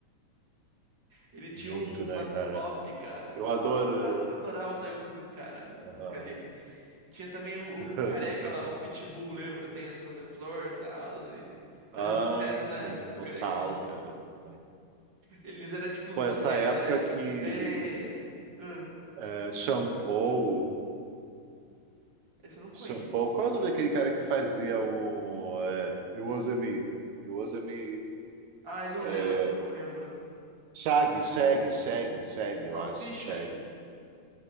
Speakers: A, on the right (about 40°); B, on the right (about 75°).
A: Ele tinha
B: Muito,
A: um-
B: né,
A: umas
B: cara?
A: pop, cara. Nossa,
B: Eu adoro.
A: eu adorava o Taio Cruz, cara. As
B: Aham.
A: músicas dele. Tinha também o, o-
B: <laughs>
A: o careca lá, o Pitbull, lembra? Dance on the Floor e tal. e Fazia
B: Ah,
A: sucesso
B: sim,
A: na época,
B: total,
A: o carecão.
B: cara, total.
A: Eles eram tipo os
B: Pô,
A: maneiros
B: essa época
A: da época,
B: que
A: assim. É. Ah,
B: é, Shampoo,
A: esse eu não conheço.
B: Shampoo, qual é o nome daquele cara que fazia o é, You Use Me? You Use Me.
A: Ai, não lembro,
B: É,
A: não lembro.
B: Shaggy, Shaggy, Shaggy, Shaggy, eu
A: Salsicha?
B: acho, Shaggy.